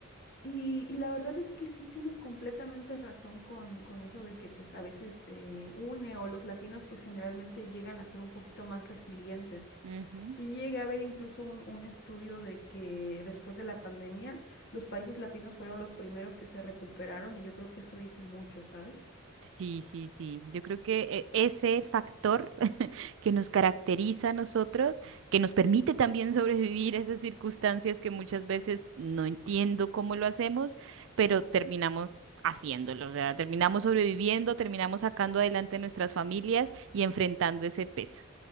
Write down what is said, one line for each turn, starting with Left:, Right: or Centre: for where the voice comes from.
Left: Y, y la verdad es que sí tienes completamente razón con, con eso de que pues a veces eh, une o los latinos pues generalmente llegan a ser un poquito más resilientes.
Right: ujú.
Left: Sí llegué a ver incluso un, un estudio de que después de la pandemia los países latinos fueron los primeros que se recuperaron y yo creo que eso dice mucho, ¿sabes?
Right: Sí, sí, sí. Yo creo que eh, ese factor <laughs> que nos caracteriza a nosotros, que nos permite también sobrevivir a esas circunstancias que muchas veces no entiendo cómo lo hacemos, pero terminamos haciéndolo. O sea, terminamos sobreviviendo, terminamos sacando adelante nuestras familias y enfrentando ese peso.